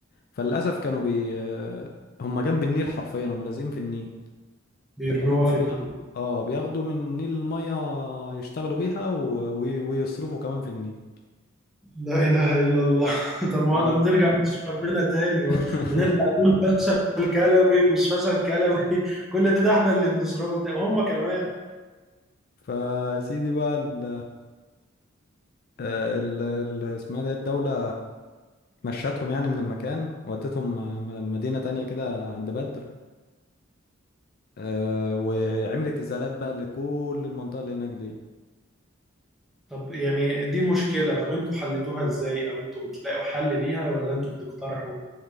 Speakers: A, on the left; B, in the centre.
A: فللأسف كانوا بي آه، هم جنب النيل حرفيا هم لازقين في النيل
B: بيرموها
A: فكانوا بقى
B: في
A: بياخدوا
B: ال-
A: اه بياخدوا من النيل المية يشتغلوا بيها و... وي- ويصرفوا كمان في النيل
B: لا إله إلا الله <laughs> طب ما
A: ف...
B: احنا بنرجع نشرب منها تاني
A: <laughs>
B: و- ونرجع نقول فشل كلوي ومش فشل كلوي <laughs> كل ده احنا اللي بنشربه تا- وهم كمان
A: فسيدي بقى ال... آه، ال ال- اسمها ده الدولة مشتهم يعني من المكان ودتهم آه، م- مدينة تانية كده عند بدر آه، وعملت إزالات بقى لكل المنطقة اللي هناك دي
B: طب يعني دي المشكلة طب انتوا حلتوها ازاي أو انتوا بتلاقوا حل ليها ولا انتوا بتقترحوا؟